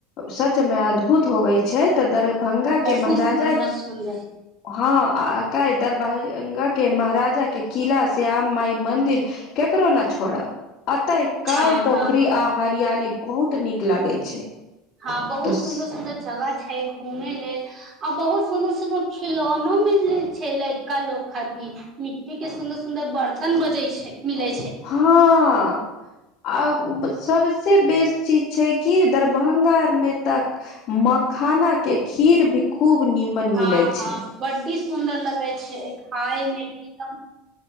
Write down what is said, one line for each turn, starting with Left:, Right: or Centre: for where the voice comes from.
Left: सच मे अद्भुत होवे छै। त दरभंगा के।
Right: खूब
Left: महाराजा
Right: सुन्दर सुन्दर।
Left: हँ आक दरभंगा के महाराजा के किला श्याम माय मंन्दिर केकरो न छोड़ब। आत एक कय
Right: हँ
Left: पोखरी
Right: हँ
Left: आहार हरियाली बहुत नीक लागे छै।
Right: हँ बहुत
Left: तऽ
Right: सुन्दर सुन्दर जगह छै। छै घूमे लेल आ बहुत सुंदर सुंदर खिलौनो मिल छै लड़का लोग खातिर मिट्टी के सुदर सुंदर बर्तन बजे छै। मिलै छै
Left: हँ आ सबसे बेस चीज छै। की। दरभंगा मे तक मखाना के खीर भी खूब नीमन
Right: हँ
Left: मिले
Right: हँ
Left: छै।
Right: बड्डी सुन्दर लगै छै खाय मे भी एकदम।